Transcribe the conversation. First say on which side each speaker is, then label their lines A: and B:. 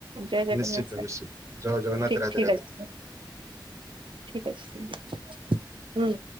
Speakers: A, on the right (about 80°); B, on the right (about 40°).
A: ଜୟ ଜଗନ୍ନାଥ
B: ନିଶ୍ଚିତ
A: ସାର୍
B: ନିଶ୍ଚିତ ଜୟ ଜଗନ୍ନାଥ
A: ଠିକ
B: ରାଧେ
A: ଠିକ
B: ରାଧେ।
A: ଅଛି ସାର୍। ଠିକ ଅଛି ସାର୍ ହୁଁ।